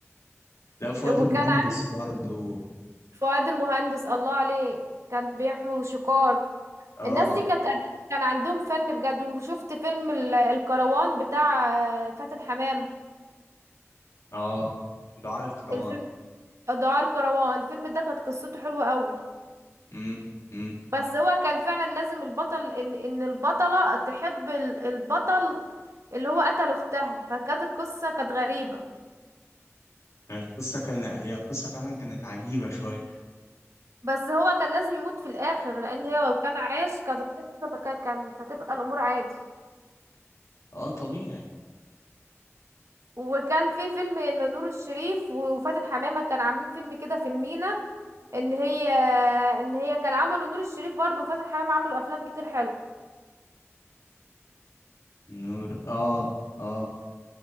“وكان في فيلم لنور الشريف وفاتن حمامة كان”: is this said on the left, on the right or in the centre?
Right